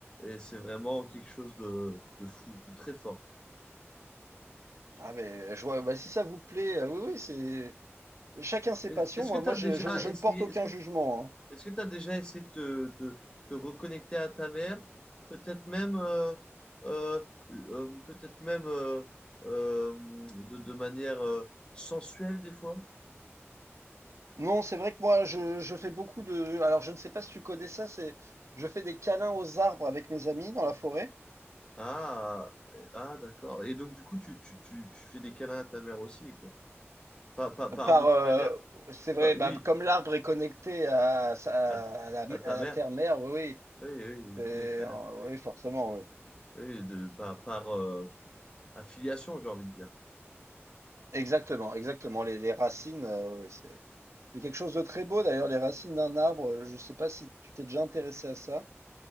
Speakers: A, on the left (about 20°); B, on the right (about 85°).
A: et c'est vraiment quelque chose de, de fou, de très fort.
B: ah, mais je vois, bah, si ça vous plaît, euh, oui, oui, c'est chacun ses
A: Est-
B: passions.
A: Est-ce
B: Moi,
A: que tu
B: moi,
A: as déjà
B: je, je, je
A: essayé,
B: ne porte aucun
A: est-ce que
B: jugement. hein.
A: Est-ce que tu as déjà essayé de te, te- te reconnecter à ta mère? Peut-être même, euh, euh, euh, peut-être même euh, euh, de, de manière euh, sensuelle des fois?
B: Non, c'est vrai que moi, je, je fais beaucoup de. Alors, je ne sais pas si tu connais ça. C'est, je fais des câlins aux arbres avec mes amis dans la forêt.
A: Ah, ah d'accord. Et donc, du coup, tu, tu, tu, tu fais des câlins à ta mère aussi, quoi. Pas, pas, par-
B: Par,
A: de toute
B: euh,
A: manière,
B: c'est vrai,
A: pas, oui,
B: bah, comme l'arbre est connecté à, sa-
A: à,
B: à la, à
A: à ta
B: la
A: mère.
B: terre-mère, oui, oui,
A: Oui, oui,
B: c'est-
A: connecté
B: oui,
A: à, oui,
B: forcément, oui.
A: oui, de, par par, euh, affiliation, j'ai envie de dire.
B: Exactement, exactement. Les, les racines, euh, oui, oui, c'est c'est quelque chose de très beau d'ailleurs, les racines d'un arbre. Je ne sais pas si tu t'es déjà intéressé à ça.